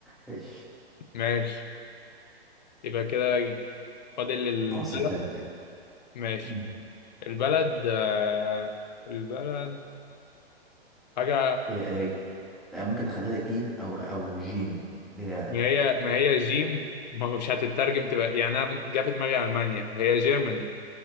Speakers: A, in the centre; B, on the left.
A: <laughs> ش-
B: ماشي يبقى كده فاضل البلد
A: ناقص البلد كده
B: ماشي
A: مم.
B: البلد آه البلد حاجة
A: هي هي ممكن اخليها لك جيم او او جيم اللي هي
B: ما هي ما هي جيم ما هو مش هتترجم تبقى يعني انا جه في دماغي المانيا هي جيرماني